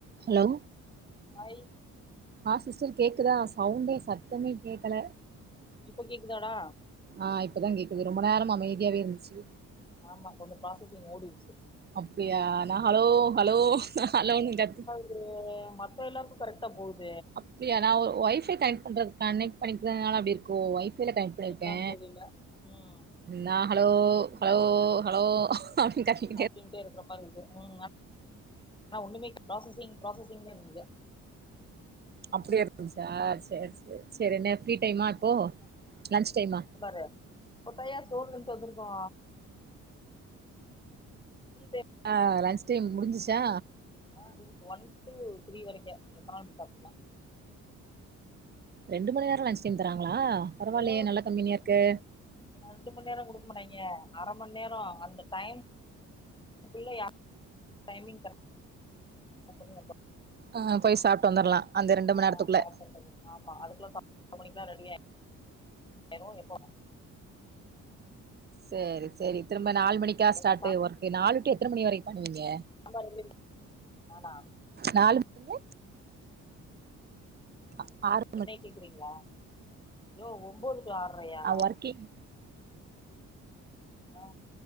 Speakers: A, on the right; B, on the left.
A: Hello
B: hi
A: ஆ sister கேக்குதா சவுண்டே சத்தமே கேக்கல
B: இப்போ கேக்குதாடா
A: ஆ இப்பதா கேக்குது ரொம்ப நேரம் அமைதியாவே இருந்த்ச்சு
B: ஆமா ஒன்னு பாசஸிங் ஓடிர்ச்சு
A: அப்டியா நா ஹலோ ஹலோ நா ஹலோன்த
B: எ மத்த எல்லார்க்கோ கரெக்ட்டா போத
A: அப்டியா நா ஒ ஒய்ஃபை கனெக்ட் பண்றது கனெக்ட் பண்ணிக்கிறதுனால அப்டி இருக்கோ ஒய் ஃபைல கனெக்ட் பண்ணி இருக்கே
B: என்னன்னு தெரில ம்
A: நா ஹலோ ஹலோ ஹலோ அப்டின் கத்தி
B: அப்டின்ட்டே இருக்குற மாரி இருக்கு ம் ஆனா ஒன்னுமே ப்ராசஸிங் ப்ராசஸிங்னே இருந்தது
A: அப்டியே இருந்துச்சா சரி சரி சரி என்ன ஃப்ரீ டைமா இப்போ
B: ம்,
A: லன்ச் டைமா
B: பாரு இப்பத்தாயா சோறு திண்ட்டு வந்திருக்கோ ஃப்ரீ டைம்
A: அ லன்ச் டைம் முடிஞ்சிச்சா
B: அ முடிஞ்ச்சு ஒன் டூ த்ரீ வரைக்கு எப்பனாலு நீ சாப்ட்டுக்லா
A: ரெண்டு மண் நேரோ லஞ்ச் டைம் தராங்ளா பரவால்லயே
B: ஓ
A: நல்ல கம்பெனியா இருக்கு
B: ரெண்டு மண் நேரோ குடுக்க மாட்டாய்ங்க அர மண் நேரோ அந்த டைம் குள்ள யா <inaudible> டைமிங் பண்ணி வந்துரு
A: அ
B: அப்டி
A: போய் சாப்ட்டு வந்தரலா அந்த ரெண்டு மண்
B: ஆ
A: நேரத்துக்குள்ள
B: சாப்ட்டு வந்துர்லா ஆமா அதுக்குல்ல சாப்ட்டு <inaudible> மணிக்குலா ரெடியாயிருவோ எப்ப
A: சேரி சேரி திரும்ப நாலு மணிக்கா
B: ம்
A: ஸ்டார்ட்டு
B: என்ன சா
A: ஒர்க்கு நாலு டு எத்தன மணி வரைக்கு பண்ணுவிங்க
B: ஆமா ரெடியாயி நானா
A: நாலுல்ருந்து அ ஆறு
B: என்னய கேக்கறிங்ளா யோ ஒம்போது டூ ஆறரய்யா
A: ஆ ஒர்க்கிங்
B: அ